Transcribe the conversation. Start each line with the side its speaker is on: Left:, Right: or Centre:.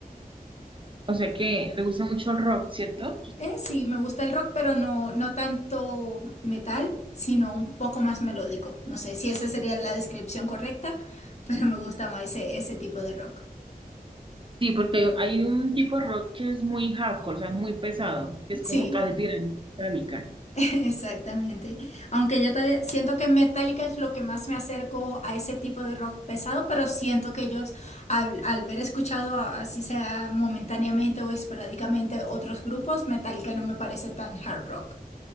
Right: O sea que le gusta mucho el rock, ¿cierto?
Left: Eh, sí, me gusta el rock, pero no, no tanto metal, sino un poco más melódico. No sé si esa sería la descripción correcta, <laughs> pero me gusta más ese, ese tipo de rock.
Right: Sí, porque hay un tipo de rock que es muy hardcore, o sea, muy pesado, que es
Left: Sí,
Right: como casi tirando metálica.
Left: <laughs> exactamente. Aunque yo todavía siento que Metallica es lo que más me acerco a ese tipo de rock pesado, pero siento que ellos, al, al haber escuchado, a- así sea momentáneamente o esporádicamente, otros grupos, Metallica no me parece tan hard rock,